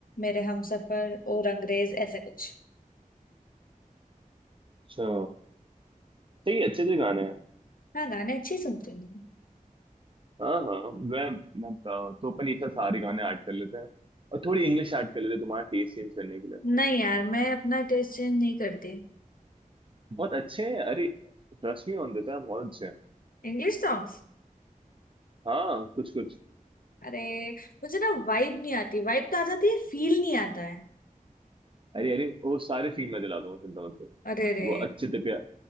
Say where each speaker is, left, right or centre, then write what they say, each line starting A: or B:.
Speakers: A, on the left; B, on the right.
A: मेरे हमसफर और अंग्रेज ऐसा कुछ
B: अच्छा सही है, अच्छे अच्छे गाने हैं
A: हाँ गाने अच्छे सुनती हूँ मैं।
B: हाँ हाँ मैं मैं बताओ, तो अपन ये सब सारे गाने ऐड कर लेते हैं और थोड़ी इंग्लिश ऐड कर लेते हैं तुम्हारा टेस्ट चेंज करने के लिए
A: नहीं यार मैं अपना टेस्ट चेंज नहीं करती
B: बहुत अच्छे हैं अरे ट्रस्ट मी ऑन दिस बहुत अच्छे हैं
A: English songs
B: हाँ कुछ कुछ
A: अरे मुझे ना वाइब नहीं आती वाइब तो आ जाती है फील नहीं आता है
B: अरे अरे वो सारे सीन मैं दिला दूंगा चिंता मत
A: अरे रे
B: वो अच्छे से प्या